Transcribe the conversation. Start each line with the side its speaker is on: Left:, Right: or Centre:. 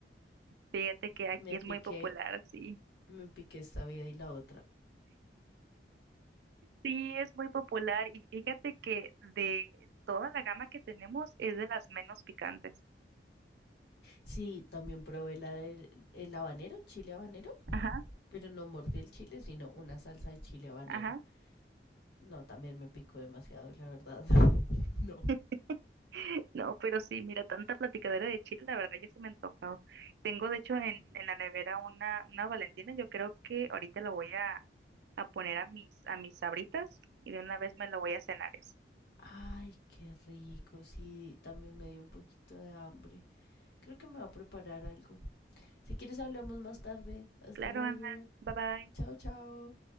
Right: Fíjate que aquí
Left: me piqué,
Right: es muy popular, sí.
Left: me piqué esta vida y la otra.
Right: Sí, es muy popular y fíjate que de toda la gama que tenemos es de las menos picantes.
Left: Sí, también probé la del el habanero, chile habanero,
Right: Ajá,
Left: pero no mordí el chile, sino una salsa de chile habanero.
Right: ajá.
Left: No, también me picó demasiado, la verdad. <laughs> No.
Right: <laughs> No, pero sí, mira, tanta platicadera de chile, la verdad ya se me ha antojado. Tengo de hecho en, en la nevera una, una Valentina, yo creo que ahorita la voy a, a poner a mis, a mis sabritas y de una vez me la voy a cenar eso.
Left: Ay, qué rico. Sí, también me dio un poquito de hambre. Creo que me va a preparar algo. Si quieres, hablamos más tarde. Hasta
Right: Claro,
Left: luego.
Right: Ana, bye bye.
Left: Chao, chao.